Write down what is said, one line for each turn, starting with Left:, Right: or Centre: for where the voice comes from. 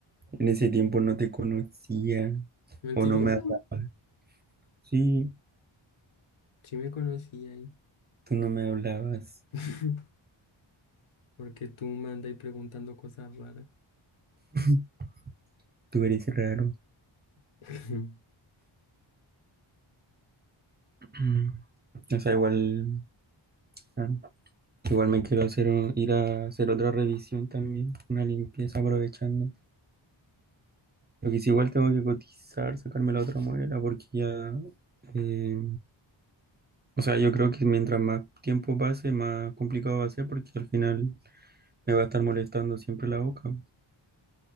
Right: En ese tiempo no te conocía.
Left: Mentiroso,
Right: O no me hablabas. Sí,
Left: sí me conocí ahí.
Right: tú no me hablabas.
Left: <laughs> Porque tú me andas preguntando cosas raras.
Right: <laughs> Tú eres raro.
Left: <laughs>
Right: <clears throat> O sea, igual, ah, igual me quiero hacer un- ir a hacer otra revisión también, una limpieza aprovechando. Lo que sí, igual tengo que cotizar, sacarme la otra muela, porque ya, eh, o sea, yo creo que mientras más tiempo pase, más complicado va a ser, porque al final me va a estar molestando siempre la boca.